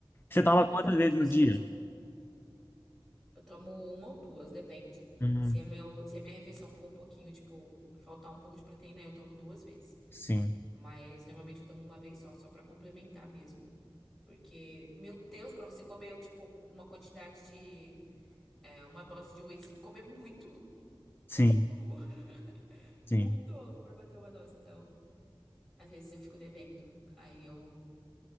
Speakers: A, in the centre; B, on the left.
A: Hum,
B: Você toma
A: deve
B: quantas
A: ficar
B: vezes
A: muito gostoso.
B: no dia?
A: Eu tomo uma ou duas, depende.
B: Hum,
A: Se a meu, se a minha refeição for um pouquinho, tipo, faltar um pouco de proteína, eu tomo duas vezes.
B: sim,
A: Mas normalmente eu tomo uma vez só, só pra complementar mesmo. Porque, meu Deus, pra você comer, tipo, uma quantidade de. é, uma dose de whey sem comer muito
B: sim,
A: ovo. <laughs> Muito
B: sim.
A: ovo pra bater uma dose, então. Às vezes eu fico devendo. Aí eu